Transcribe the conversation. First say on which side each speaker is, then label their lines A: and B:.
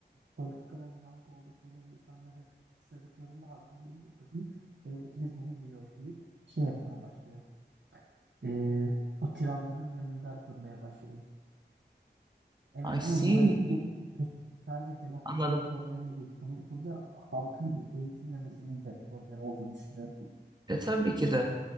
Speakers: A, on the right; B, on the right.
A: politikaların yanlış olduğu söyleyen insanları suçladıklarında halkımızın bir kısmı devletimiz bunu diyor deyip şey yapmaya başlıyor. E, o tiranların yanında durmaya başlıyor. Evet
B: I see.
A: ama bu hani bu, bu sadece demokrasinin
B: Anladım.
A: problemi değil. Bunun burada halkın eğitilmemesinin de problem olduğunu düşünüyorum.
B: E, tabii ki de.